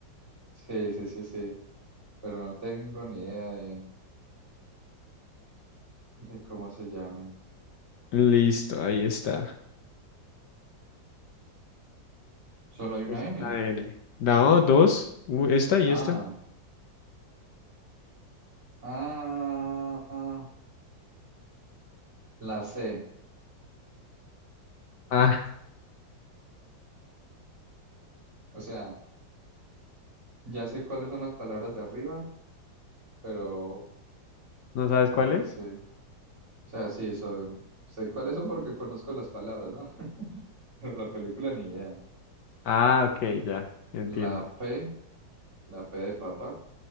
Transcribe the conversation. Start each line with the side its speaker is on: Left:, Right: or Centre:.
Right: Sí, sí, sí, sí. Pero no tengo ni idea de, de cómo se llame.
Left: Listo, ahí está.
Right: Solo hay una
Left: Es
Right: N.
Left: una N. No, dos. u- Esta y
Right: Ah.
Left: esta.
Right: Ah, la sé.
Left: Ah,
Right: O sea, ya sé cuáles son las palabras de arriba, pero
Left: ¿no sabes
Right: ¿por
Left: cuál es?
Right: qué? O sea, sí, sobre- sé cuáles son porque conozco las palabras, ¿no? <laughs> Pero la película ni idea.
Left: Ah, ok, ya, entiendo.
Right: La P, la P de papá.